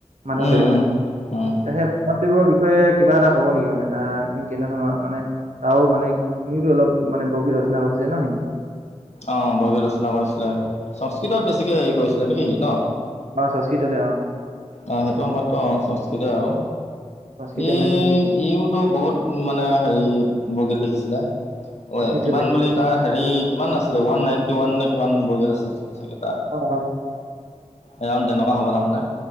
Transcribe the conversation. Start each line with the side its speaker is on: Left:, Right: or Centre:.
Right: মাধৱদেৱ
Left: উম,
Right: তে
Left: উম, উম।
Right: সেই মাধৱদেৱৰ বিষয়ে কিবা এটা ক'ব নেকি মানে তাৰ সি কেনে ধৰণৰ মানে তাৰও মানে সিহতো অলপ মানে বগী ৰচনা কৰিছিল। কেইটা হ'ল?
Left: অ, বৰগী ৰচনা কৰিছিলে সংস্কৃতত বেছিকে হেৰি কৰিছিলে নেকি ন।
Right: অ, সটাল।
Left: অ, সেইটো সময়ততো সংস্কৃতি আৰু
Right: সংস্কৃতে
Left: ই,
Right: মেইন
Left: ইওতো বহুত মানে হেৰি বগীত লিখিছিলে। অ,
Right: লিখিছিলে
Left: কিমান বুলি তাৰ হেৰি কিমান আছিলে ওৱান নাইনটি ওৱান নে কিমান বৰগীত আছে। কেইটা
Right: অ অ
Left: এৰান তেনেকুৱা হ'ব তাৰমানে